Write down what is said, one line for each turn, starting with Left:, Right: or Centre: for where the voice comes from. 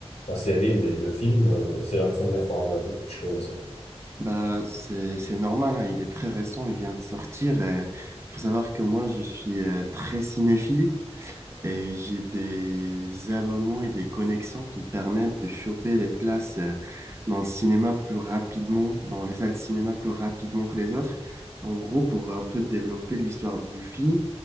Left: la série, mais le film, euh, c'est la première fois, on va dire, que je connais ça.
Right: Bah, c'est, c'est normal, hein, il est très récent, il vient de sortir. Il faut savoir que moi, je suis euh, très cinéphile. Et j'ai des abonnements et des connexions qui me permettent de choper les places euh, dans le cinéma plus rapidement, dans les salles de cinéma plus rapidement que les autres. En gros, pour un peu développer l'histoire du film,